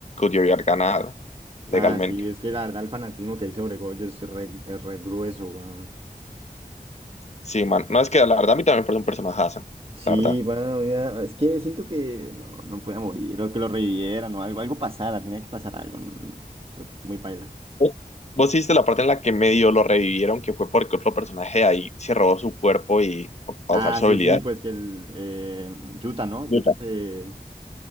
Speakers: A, on the left; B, on the right.
A: yo había ganado legalmente.
B: Ah, sí, es que la verdad el fanatismo que hay sobre Goyo es re, es re grueso, weón.
A: Sí, man. No, es que la verdad a mí también me parece un personajazo,
B: Sí,
A: la verdad.
B: bueno, mira, es que siento que no, no podía morir, o que lo revivieran, o algo, algo pasara, tenía que pasar algo. mm, Fue muy paila.
A: Vos vos hiciste la parte en la que medio lo revivieron, que fue porque otro personaje ahí se robó su cuerpo y pa- para
B: Ah,
A: usar su
B: sí,
A: habilidad.
B: sí, pues que el eh, Yuta, ¿no? Yuta
A: Yuta.
B: se,